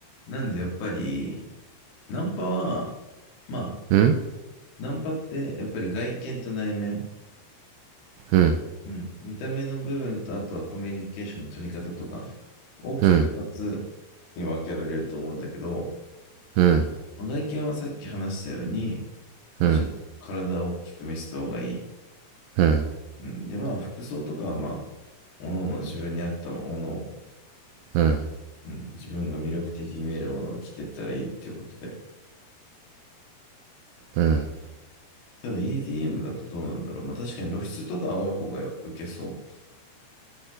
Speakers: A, on the left; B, on the right.
A: なんでやっぱり、ナンパは、まあ、
B: うん
A: ナンパってやっぱり外見と内面、
B: うん
A: うん、見た目の部分とあとはコミュニケーションの取り方とか、大きく2つに分けられると思うんだけど、
B: うんうん
A: まあ外見はさっき話したように、もちろん体を大きく見せた方がいい。
B: うんうん
A: うん、で、まあ、服装とかはまあ、おのおの自分に合ったものを、
B: うん
A: うん、自分が魅力的に見えるものを着ていったらいいっていうことで。
B: うん
A: ただ EDM だとどうなんだろう。まあ確かに露出とかは多い方が受けそう。